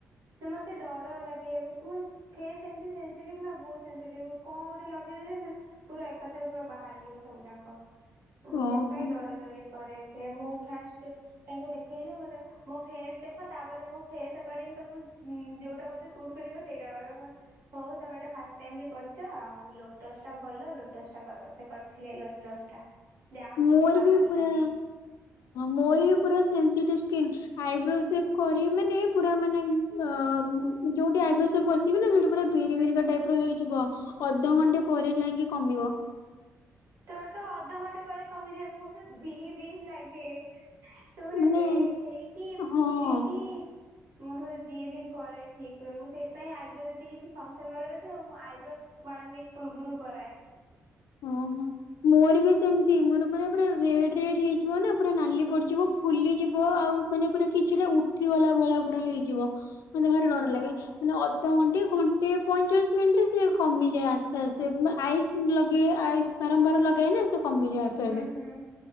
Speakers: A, on the right; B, on the left.
A: ନା ମତେ ଡର ଲାଗେ ଉଁ ଫେସ୍ ଏମିତି ସେନ୍ସଟିଭ ନା ବହୁତ ସନ୍ସଟିଭ କଣ ଗୋଟେ ଲଗେଇଦେଲେ ପୁରା ଏକାଥରେ ପୁରା ବାହାରିଯିବ ସବୁ ଯାକ। ମୁଁ ସେଇଥିପାଇଁ
B: ଓହୋ
A: ଡରି ଡରି କରେ ସେ ମୁଁ ଫାଷ୍ଟ ତାଙ୍କୁ ଦେଖେଇଲି ମୋ ଫେସ ଦେଖ ତାପରେ ମୋ ଫେସ୍ ଆକେଡିଙ୍ଗ ତମକୁ ଯୋଉଟା ମେତେ ସୁଟ କରିବ ସେଇଟା କର ହଉ ତମେ ଏଇଟା ଫାଷ୍ଟ ଟାଇ ବି କରଛ ଆଉ ଲୋଟସ୍ ଟା ଭଲ ଲୋଟସ୍ ଟା କର ସେ କରିଥିଲେ ଲୋଟସ୍ ଟା ଯାହା ହଉ
B: ମୋର
A: କିଛି ବାହାରିଲାନି।
B: ବି ପୁରା ମୋର ବି ପୁରା ସେନ୍ସେଟିଭ <unintelligible> ଆଇବ୍ରୋ ସେଭ୍ କରିବି ମାନେ ପୁର ମାନେ ଯୋଉଠି ଆଇବ୍ରୋ କରିିବ ନା ସ ପୁରା ବିରି
A: ହୁଁ
B: ବିରିିକା
A: ହୁଁ
B: ଟାଇପ ର ହେଇଯିବ। ଅଧଘଣ୍ଟେ ପରେ ଯାଇକି କମିବ।
A: ତମର ତ ଅଧଘଣ୍ଟେ ପରେ କମିଯାଏ ମୋର ଦି ଦିନ ଲାଗେ। ସବୁରା
B: ମାନେ
A: ରେଡ ହେଇକି ଫୁଲିକି
B: ହଁ।
A: ମୁଁ ପୁରା ଦି ଦିନ ପରେ ଠିକ ହୁଏ ମୁଁ ସେଇଥିପାଇ ଆଇଦର ଯଦି କିଛି ଫଙ୍କସନ ବଗେରା ଥିବ ଆଇବ୍ରୋ ଭ୍ୟାନ୍ ଉଇକ୍ ପୂର୍ବରୁ କରାଏ।
B: ଓ ହୋ ମୋର ବି ସେମିତି ମୋର ମାନେ ପୁରା ରେଡ ରେଡ ହେଇଯିବ ନା ପୁରା ନାଲି ପଡିଯିବ ଫୁଲିଯିବ ଆଉ ମାନେ ପୁରା କିଛିଟା ଉଠି ଗଲା ଭଳିଆ ହେଇଯିବ। ମାତେ ଭାରି
A: ହଁ।
B: ଡର ଲାଗେ ମାନେ ଅ ଆଧଘଣ୍ଟେ ଘଣ୍ଟେ ପଇଁଚାଳିଶ ମିନିଟରେ ସେ କମିଯାଏ ଆସ୍ତେ ଆସ୍ତେ ଆଇସ ଲ କି ଆଇସ ବାରମ୍ବାର ଲଗାଏ ନା କମିଯାଏ ଆପେ
A: ହୁଁ
B: ଆପେ।
A: ହଁ